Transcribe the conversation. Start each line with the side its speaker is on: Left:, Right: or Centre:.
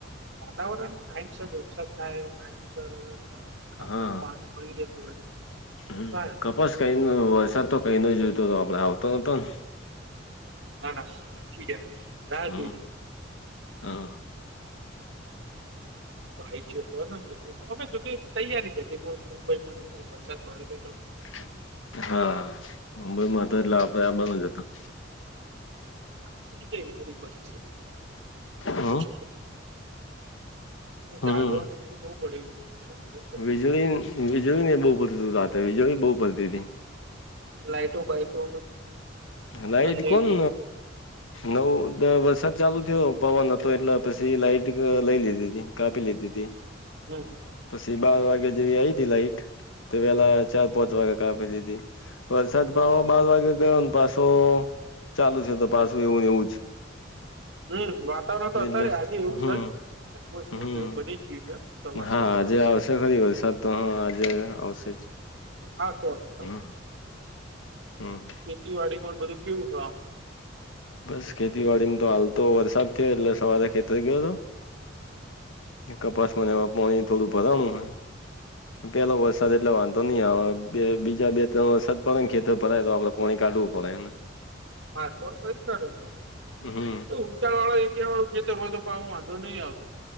Right: વાતાવરણ ટાઈમ સર વરસાદ થાય ટાઈમ સર ખાતર
Left: હા
Right: પાણી મળી રેતુ હોયે
Left: હમ કપાસ કઈ ન વરસાદ તો કઈ ન જોયતો તો આપડે આવતો નતો ને
Right: ના ના ઠીક રા
Left: હમ
Right: જોય
Left: હા
Right: તો આ આવી જ કો હમે જો કે તૈયારી હતી મુંબઈ પણ વરસાદ પડ
Left: હ હા મુંબઈમાં તો એટલે આપડ આ બંધ જ હતા
Right: સુ કઈી જોવી પડી
Left: હમ
Right: છે ચ
Left: હમ
Right: જાડવા <unintelligible>
Left: વીજળી વીજળી ને બહુ પડતી રાતે વીજળી બહુ પડતી હતી.
Right: લાઈટો બાઈટો
Left: લાઈટ
Right: બંધ થઈ
Left: કોણ
Right: ગઈ છે.
Left: નવ દ વરસાદ ચાલુ થયો પવન હતો એટલે પછી લાઈટ લઈ લીધી હતી કાપી લીધી હતી.
Right: હમ
Left: પછી બાર વાગ્યા જેવી આઈતી લાઈટ તો પેલા ચાર પાંચ વાગે કાપી દીધી વરસાદ પણ બાર વાગે ગયો પાછો ચાલુ છે તો પાછું એવું ને એવું જ
Right: હમ વાતાવરણ તો
Left: એટલે
Right: અત્યારે આજે એવું
Left: હમ
Right: છે
Left: હમ
Right: <unintelligible> તો એવું બની ગયું છે. તો વરસાદ
Left: હા
Right: તો
Left: આજે
Right: વરસશે
Left: આવશે
Right: જ એમ.
Left: ખરી વરસાદ તો હ આજે આવશે જ
Right: હા શેઠ
Left: હમ હમ
Right: ખેતીવાડી પણ બધું કેવું છે આમ
Left: બસ ખેતીવાડીમાં તો હાલ તો વરસાદ થયો એટલે સવારે ખેતરે ગયેલો કપાસમાં એ પાણી થોડું ભરાણું હે પેલો વરસાદ એટલે વાંધો નહી આવે બે બીજા બે ત્રણ વરસાદ પડે ને ખેતર ભરાય જાય તો પાણી કાઢવું પડેને
Right: હા <unintelligible> <unintelligible>
Left: હમ
Right: ખેતર હોય તો પણ વાંધો નહી આવતો